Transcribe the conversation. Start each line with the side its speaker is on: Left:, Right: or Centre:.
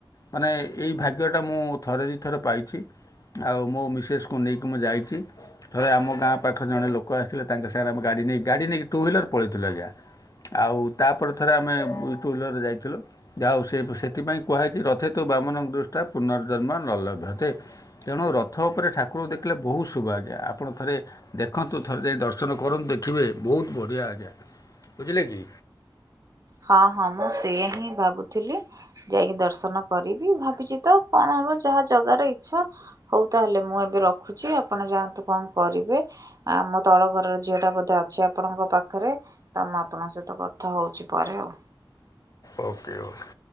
Left: ମାନେ ଏଇ ଭାଗ୍ୟଟା ମୁଁ ଥରେ ଦୁଇ ଥରେ ପାଇଛି। ଆଉ ମୋ ମିସେସ୍କୁ ନେଇକି ମୁଁ ଯାଇଛି ଥରେ ଆମ ଗାଁ ପାଖରେ ଜଣେ ଲୋକ ଆସଥିଲେ ତାଙ୍କ ସାଙ୍ଗରେ ଆମେ ଗାଡ଼ି ନେଇ ଗାଡ଼ି ନେଇକ ଟୁ ହ୍ୱିଲର ପଳଥିଲୁ ଆ୍ଞା ଆଉ ତାପରେ ଥରେ ଆମେ ଟୁ ହୱିଲର ଯାଇଥିଲୁ ଯାହାଉ ସେ ସେଥିପାଇଁ କୁହାଯାଇଛି ରଥେ ତ ବାମନଣଙ୍କ ଦୃଷ୍ା ପୁନର୍ଜନ୍ମ ନଲଭ୍ୟତେ ତେଣୁ ରଥ ଉପରେ ଠାକୁରଙ୍କୁ ଦେଖିଲେ ବହୁତ ଶୁଭ ଆଜ୍ଞା ଆପଣ ଥରେ ଦେଖନ୍ତୁ ଥରେ ଯାଇ ଦର୍ଶ ର୍ଶନ କରନ୍ତୁ ଦେଖିବେ ବହୁତ ବଢ଼ିଆ ଆଜ୍ଞା ବୁଝିଲେ କି
Right: ହଁ ହଁ ମୁଁ ସେୟା ହିଁ ଭାବୁଥିଲି ଯାଇକି ଦର୍ଶନ କରିବି ଭାବିଛି ତ କଣ ହବ ଯାହା ଜଗାର ଇଚ୍ଛା ହଉ ତାହେଲେ ମୁଁ ଏବେ ରଖୁଛି ଆପଣ ଯାଆନ୍ତୁ କଣ କରିବେ ଆମ ତଳ ଘରର ଝିଅଟା ବୋଧେ ଅଛି ଆପଣଙ୍କ ପାଖରେ ତ ମୁଁ ଆପଣଙ୍କ ସହିତ କ ଥା ହଉଛି ପରେ ଆଉ
Left: ଓକେ ଓକେ